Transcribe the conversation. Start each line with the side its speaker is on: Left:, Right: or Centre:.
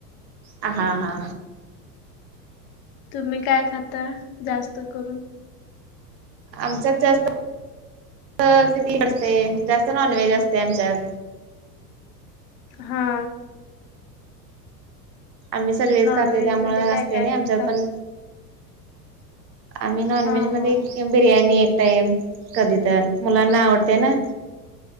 Right: हा हा
Left: तुम्ही काय खाता जास्त करून?
Right: आमच्यात जास्त <unintelligible> जास्त नॉनव्हेज असते आमच्यात.
Left: हा
Right: आम्ही सगळेच
Left: नॉनव्हेज
Right: खातोय त्यामुळे
Left: मध्ये
Right: असतय
Left: काय काय
Right: नाही आमच्यात
Left: करता?
Right: पण आम्ही नॉनव्हेज
Left: हा
Right: मध्ये
Left: हा
Right: बिर्याणी एक टाइम कधी तर मुलांना आवडते ना